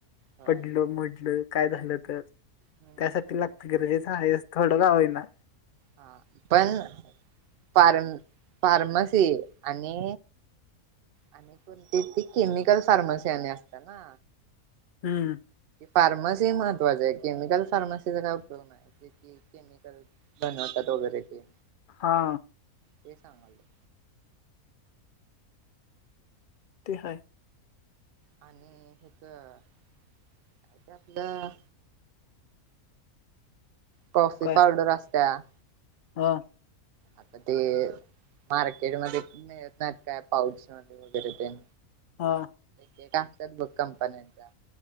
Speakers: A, on the right; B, on the left.
A: होय
B: पडलं मडलं काय झालं तर
A: हम्म
B: त्यासाठी लागत गरजेच आहेस थोडं का होईना.
A: हा पण फारम फार्मसी आणि आणि कोणती ती केमिकल फार्मसी आणि असत ना.
B: हम्म
A: फार्मसी महत्वाचे केमिकल फार्मसीचा काय उपयोग आहे जे क केमिकल बनवतात वगैरे ते.
B: हा.
A: ते सांगायलो.
B: ते हाय.
A: आणि हेच काय ते आपलं. कॉफी
B: काय
A: पावडर असत्या ना,
B: हा.
A: आता ते मार्केटमध्ये मिळतात काय पाऊच. वगैरे ते.
B: हा.
A: ते काय असतात बग कंपन्यांचा